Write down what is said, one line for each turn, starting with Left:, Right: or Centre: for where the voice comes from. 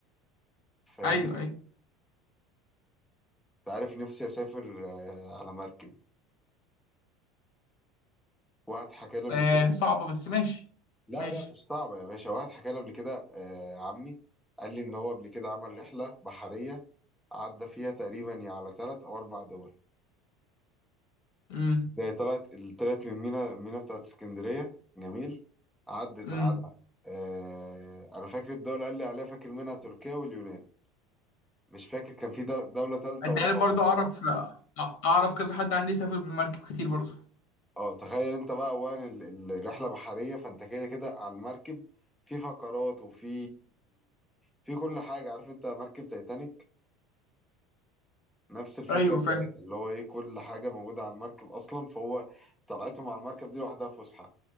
Centre: فاهمني
Left: ايوه ايوه
Centre: انت عارف نفسي اسافر آه على مركب واحد حكى لي قبل
Left: آه
Centre: كده
Left: صعبة بس ماشي
Centre: لا
Left: ماشي
Centre: لا مش صعبة يا باشا واحد حكى لي قبل كده آه عمي قال لي ان هو قبل كده عمل رحلة بحرية عدى فيها تقريبا يا على ثلاث او اربع دول
Left: امم
Centre: زي طلعت طلعت من مينا مينا بتاعت اسكندرية جميل عدت
Left: امم
Centre: على آه أنا فاكر الدولة قال لي عليها فاكر منها تركيا واليونان مش فاكر كان في دو- دولة ثالثة
Left: انت
Centre: ورابعة
Left: عارف برضه
Centre: معانا
Left: اعرف آه، اعرف كذا حد عندي سافر بالمركب كتير برضه
Centre: اه تخيل انت بقى اولا ال- ال- الرحلة بحرية فانت كده كده على المركب في فقرات وفي في كل حاجة عارف انت مركب تايتانيك نفس الفكرة
Left: ايوه
Centre: بتاعتها
Left: فاهم
Centre: اللي هو ايه كل حاجة موجودة على المركب اصلا فهو طلعتهم على المركب دي لوحدها فسحة